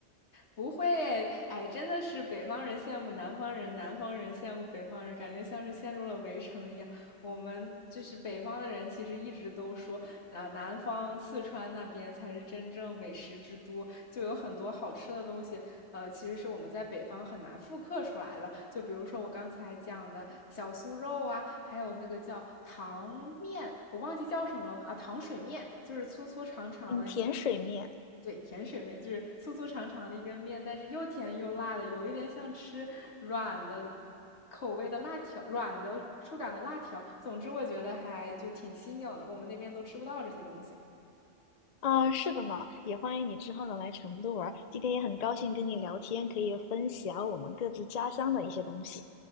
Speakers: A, on the left; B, on the left.
A: 不会，哎，真的是北方人羡慕南方人，南方人羡慕北方人，感觉像是陷入了围城一样。我们就是北方的人，其实一直都说啊，南方四川那边才是真正美食之都，就有很多好吃的东西，呃，其实是我们在北方很难复刻出来的。就比如说我刚才讲的小酥肉啊，还有那个叫糖面，我忘记叫什么了啊，糖水面，就是粗粗长长的
B: 嗯，甜水面，
A: 对，甜水面就是粗粗长长的一根面，但是又甜又辣的，有一点像吃软的口味的辣条，软的触感的辣条。总之，我觉得还就挺新颖的，我们那边都吃不到这些东西。
B: 啊，是的呢，也欢迎你之后呢来成都玩儿。今天也很高兴跟你聊天，可以分享我们各自家乡的一些东西。